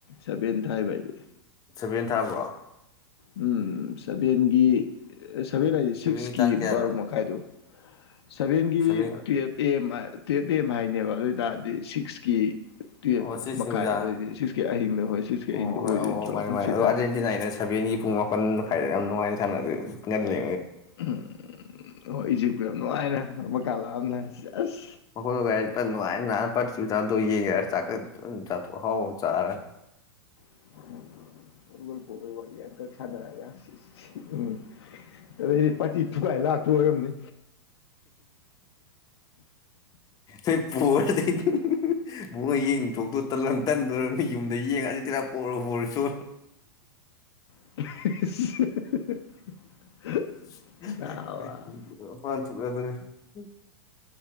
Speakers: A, on the left; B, on the left.
A: ꯁꯚꯦꯟ ꯊꯥꯏꯕ ꯍꯥꯏꯗꯤ
B: ꯁꯚꯦꯟ ꯊꯥꯕ꯭ꯔꯣ
A: ꯎꯝ ꯁꯚꯦꯟꯒꯤ ꯁꯚꯦꯟ ꯍꯥꯏꯁ ꯁꯤꯛꯁꯀꯤ
B: ꯁꯚꯦꯟꯒꯤ ꯇꯥꯡ
A: ꯕꯥꯔꯣ
B: ꯀꯌꯥꯗ
A: ꯃꯈꯥꯏꯗꯨꯣ ꯁꯚꯦꯟꯒꯤ
B: ꯁꯚꯦꯟ
A: ꯇꯨꯌꯦ ꯑꯦ ꯑꯦꯝ ꯇꯨꯌꯦꯞ ꯑꯦ ꯑꯦꯝ ꯍꯥꯏꯅꯦꯕ ꯑꯗꯨ ꯑꯣꯏ ꯇꯔꯗꯤ ꯁꯤꯛꯁꯀꯤ ꯇꯨꯌꯦꯜꯞ
B: ꯑꯣ ꯁꯤꯛꯁ
A: ꯃꯈꯥꯏꯗꯨꯗꯤ
B: ꯅꯨꯃꯤꯗꯥꯡ
A: ꯁꯤꯛꯁꯀꯤ ꯑꯍꯤꯡꯗ ꯍꯣꯏ ꯁꯤꯛꯁꯀꯤ
B: ꯑꯣ
A: ꯑꯍꯤꯡꯗꯣ
B: ꯍꯣꯏ
A: ꯑꯣꯏꯗꯣꯏꯗ꯭ꯔꯣ
B: ꯑꯧ ꯑꯧ ꯃꯥꯅꯤ
A: ꯍꯪꯆꯤꯠꯇ
B: ꯃꯥꯅꯤ ꯑꯗꯣ ꯑꯥꯔꯖꯦꯟꯇꯤꯅꯥꯒꯤꯅ ꯁꯚꯦꯟꯒꯤ ꯄꯨꯡ ꯃꯥꯄꯟ ꯃꯈꯥꯏꯗ ꯌꯥꯝ ꯅꯨꯡꯉꯥꯏꯅ ꯁꯥꯟꯅꯗ ꯉꯜꯂꯦ
A: ꯎꯝ ꯑꯣ ꯏꯖꯤꯞꯀ ꯌꯥꯝ ꯅꯨꯡꯉꯥꯏꯅ ꯃꯀꯥ ꯂꯥꯝꯅ ꯖꯁ
B: <unintelligible>
A: <unintelligible> ꯑꯗꯩꯗꯤ ꯄꯥꯇꯤ ꯊꯨꯒꯥꯏ ꯂꯥꯛꯇꯣꯏ ꯑꯣꯏꯔꯝꯅꯤ
B: ꯑꯩ ꯄꯣꯔꯗꯤ ꯃꯣꯏ ꯌꯦꯡ ꯊꯣꯛꯇꯣ ꯇꯜꯂ ꯇꯟꯗꯣꯏꯔ ꯌꯨꯝꯗ ꯌꯦꯡꯉꯛ ꯑꯗꯨꯁꯤꯔꯥ ꯄꯣꯔꯣ ꯄꯣꯔꯣ ꯁꯣ
A: <unintelligible>
B: <unintelligible>
A: ꯅꯥꯕ